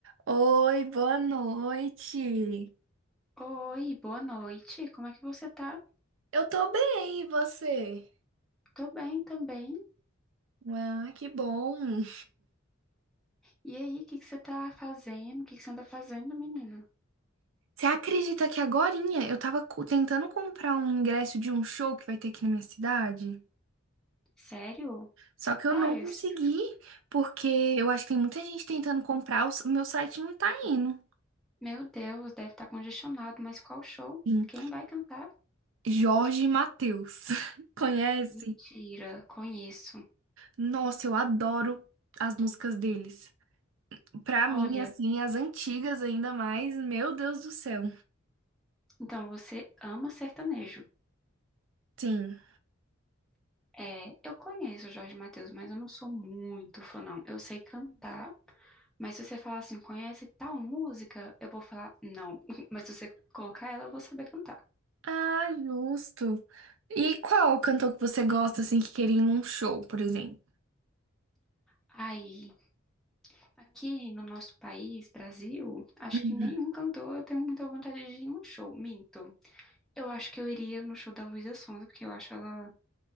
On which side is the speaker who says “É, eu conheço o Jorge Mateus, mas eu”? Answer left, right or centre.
Centre